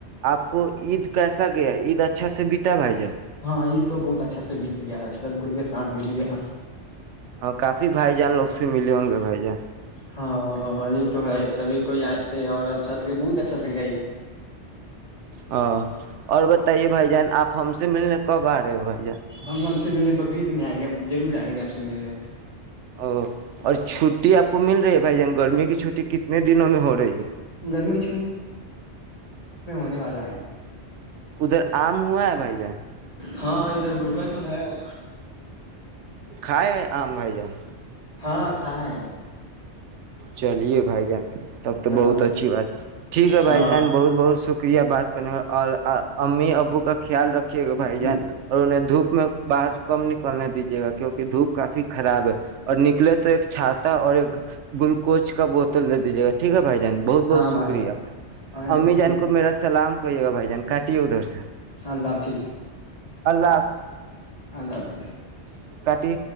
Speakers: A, on the right (about 85°); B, on the left (about 35°).
A: آپ کو عید کیسا گیا عید اچھا سے بتا بھائی جائے
B: ہاں یہ تو بہت اچھا سے بیت گیا سب کوئی کے سانس بیت گیا
A: کافی بھائی جان لگ سے ملے ہوں گے بائی جیں
B: ہاںاں یہ تو ہے سبھی کو یہ تھے اور اچھا سے بہت اچھا سے گ
A: ہاں اور بتائیے بھائی جان آپ ہم سے ملنے کب آ رہے ہو بھائی جان
B: ہم اب سے منے بقرریید میں آئیں گے ضرور آئیں گے آپ سے ملنے
A: او اور چھٹی آپ کو مل رہی ہے بھائی جان گرمی کی چھٹی کتنے دنوں میں ہو رہی ہے
B: گرمی نے والا ہے
A: ادھر آم ہوا ہے بھائی جان
B: ہاں ادھر روبا تو ہے <inaudible>
A: کھائے آم بھائی جان
B: ہاں کھائے
A: چلیے بھائی جان تب تو
B: ہاں
A: بہت اچھی بات ٹھیک ہے بھائی
B: ہاں
A: جان بہت بہت شک شکریہ بات کرنا اور امی ابو کا خیال رکھیے گا بھائی
B: ٹھیک
A: جان اور انہیں دھوپ اس میں باہر کم نکلنے دیجیے گا کیونکہ دھوپ کافی خراب ہے اور نکلے تو ایک چھاتات اور ایک گلوکوچ کا بوت جیےاٹیک ہے بھائ بہت بہت
B: ہاں
A: شکریہ
B: بھائی ہاں
A: امی جان
B: ٹھیک
A: کو
B: ہے
A: میرا سلام <inaudible> کہئیے گا بائی جان کاٹے ا دھر سے
B: اللہ حافظ
A: اللہ
B: اللہ حافظ جی
A: کٹی